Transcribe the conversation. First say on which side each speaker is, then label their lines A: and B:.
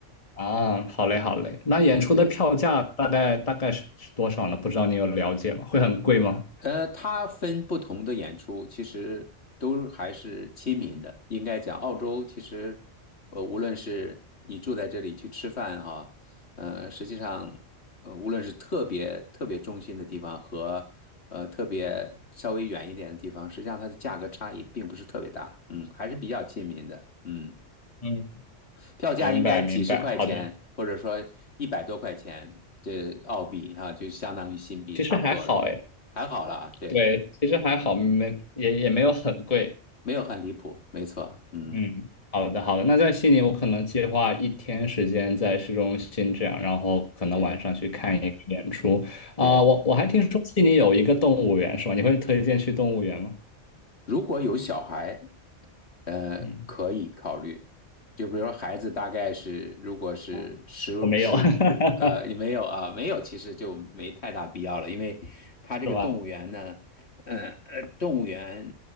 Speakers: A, on the left (about 30°); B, on the left (about 60°).
A: 啊，好嘞，好嘞。那演出的票价大概大概是是多少呢？
B: 对。
A: 不知道你有了解吗？会很贵吗？
B: 呃，它分不同的演出，其实都还是亲民的。应该讲，澳洲其实，呃，无论是你住在这里去吃饭哈，呃，实际上，呃，无论是特别特别中心的地方和呃特别稍微远一点的地方，实际上它的价格差异并不是特别大，嗯，还是比较亲民的，嗯，
A: 嗯，
B: 票价应该几十块钱，
A: 明白明白，好的，
B: 或者说一百多块钱，这澳币哈，就相当于新币差不多了，
A: 其实还好哎，
B: 还好啦，对。
A: 对，其实还好，
B: 嗯。
A: 没也也没有很贵。
B: 没有很离谱，没错，嗯，
A: 嗯，好的好的，那在悉尼，我可能计划一天时间在市中心这样，然后可能晚上去看一个演出。
B: 对对。
A: 啊、我我还听说悉尼有一个动物园是吧？你会推荐去动物园吗？
B: 如果有小孩，呃，
A: 嗯，
B: 可以考虑。就比如说孩子大概是，如果是十十，
A: 哦，我没有，<laughs>
B: 呃，也没有啊，没有，其实就没太大必要了，因为他这个动物园呢，
A: 是吧？
B: 嗯呃，动物园